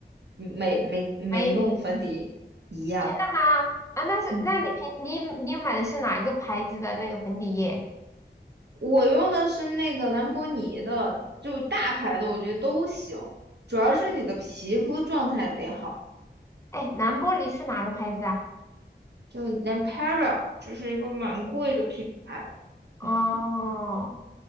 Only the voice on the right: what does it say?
嗯没没没弄粉底一样。
嗯，
我用的是那个兰博尼的，就大牌的，我觉得都行，主要是你的皮肤状态得好。
就 n a p e r a 就是一个蛮贵的品牌哦，
嗯，